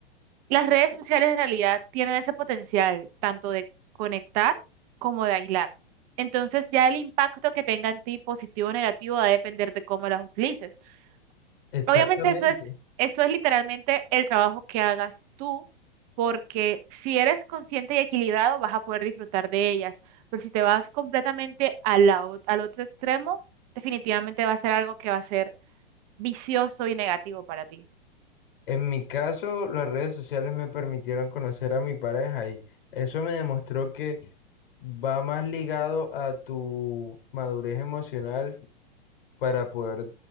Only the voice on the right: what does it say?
las redes sociales en realidad tienen ese potencial tanto de conectar como de aislar. Entonces ya el impacto que tenga en ti, positivo o negativo, va a depender de cómo las utilices.
Obviamente eso es, eso es literalmente el trabajo que hagas tú, porque si eres consciente y equilibrado vas a poder disfrutar de ellas, pero si te vas completamente a la ot- al otro extremo, definitivamente va a ser algo que va a ser vicioso y negativo para ti.